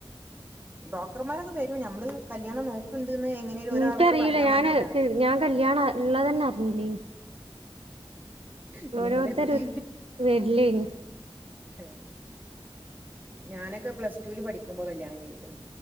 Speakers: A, on the right; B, on the right.
A: ബ്രോക്കെർമാരൊക്കെ വെരും നമ്മെൾ കല്യാണം നോക്ക്ണ്ട്ന്ന് എങ്ങനെലും
B: ഇൻക്കറിയൂല
A: ഒരാളോട് പറഞ്ഞാ
B: ഞാന്
A: മതിയെല്ലോ
B: ഞാൻ കല്യാണം ഇള്ളതെന്നെ അർഞ്ഞില്ലെയ്നി
A: പിന്നെ
B: ഓരോരുത്തര്
A: എങ്ങനെ എത്തി
B: വരില്ലേനി
A: ഏഹ് ഞാനൊക്കെ പ്ലസ് ടൂൽ പഠിക്കുമ്പോ കല്യാണം കെഴ്ഞ്ഞ്ക്ക്ണ്